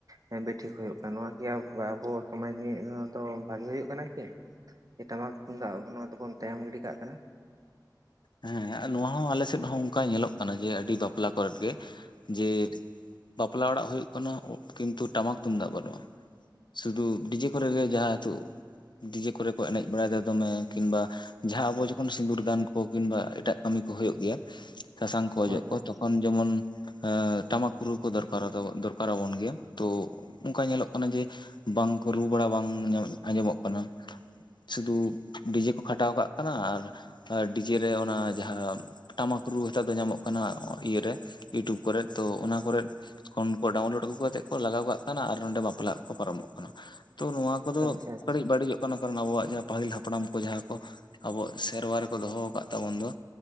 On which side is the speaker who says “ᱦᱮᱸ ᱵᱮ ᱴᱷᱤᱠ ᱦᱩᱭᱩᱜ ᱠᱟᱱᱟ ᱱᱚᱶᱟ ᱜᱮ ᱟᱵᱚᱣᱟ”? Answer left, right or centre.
Right